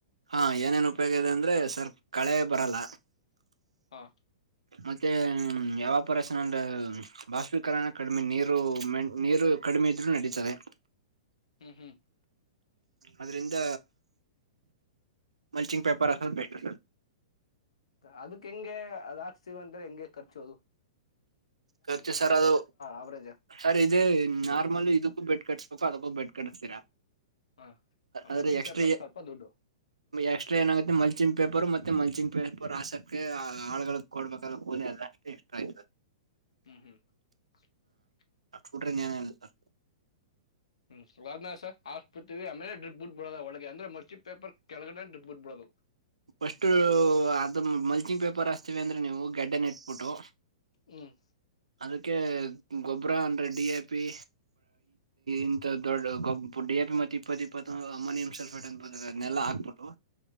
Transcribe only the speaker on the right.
ಹಾ ಏನೇನ್ ಉಪಯೋಗ ಇದೆ ಅಂದ್ರ. ಅಂದ್ರೆ ಸರ್ ಕಳೆ ಬರಲ್ಲ.
ಮತ್ತೆ ಯವಪರೇಷನ್ ಅಂಡ್ ಬಾಸ್ಪೀಕರಣ ಕಡಿಮೆ ನೀರು ನೀರು ಕಡಿಮೆ ಇದ್ರು ನಡೀತದೆ.
ಅದ್ರಿಂದ ಮಲ್ಚಿಂಗ್ ಪೇಪರ್ ಹಾಕೋದ್ ಬೆಟ್ರು ಸರ್.
ಖರ್ಚು ಸರ್ ಅದು
ಸರ್ ಇದೇ ನಾರ್ಮಲ್ ಇದಕ್ಕೂ ಬೆಡ್ ಕಟ್ಸ. ಅದಕ್ಕೋಬೆಡ್ ಕಡಿಸ್ತೀರ.
ಆದ್ರೆ ಎಕ್ಸ್ಟ್ರಾ
ಎಕ್ಸ್ಟ್ರಾ ಏನಾಗುತ್ತೆ ಮಲಚಿಂಗ್ ಪೇಪರ್ ಮತ್ತೆ ಮಲ್. ಕಚಿಂಗ್ ಪೇಪರ್ ಹಾಸಕ್ಕೆ ಆಳಗಳ ಕೊಡ್ಬೇಕಲ್ಲ ಕೋಲಿ ಎಲ್ಲಷ್ಟ ಇಷ್ಟ ಆಯ್ತದೆ.
ಹಷ್ಟು ಬುಟ್ರೆ ಇನ್ನು ಏನು ಇಲ್ಲ ಸರ್.
ಫಸ್ಟು ಅದು ಮಲ್ಚಿಂಗ್ ಪೇಪರ್ ಅಸ್ತೀವಿ ಅಂದ್ರೆ ನೀವು ಗಗೆಡ್ಡನ ಇಟ್ಬಿಟ್ಟು.
ಅದಕ್ಕೆ. ಗೊಬ್ಬ್ರ ಅಂದ್ರೆ ಡಿ ಎ ಪಿ ಇಂತಥ ದೊಡ್ಡ ಗೊಬ್ ಡಿ ಎ ಪಿ ಮತ್ತೆ ಇಪ್ಪತ್ ಇಪ್ಪತ್ತು ಅಮೋನಿಯಂ ಸಲ್ಫೇಟ್ ಅಂತ ಬತ್ತದೆ ಅದನ್ನೆಲ್ಲಾ ಹಾಕ್ಬಿಟ್ಟು.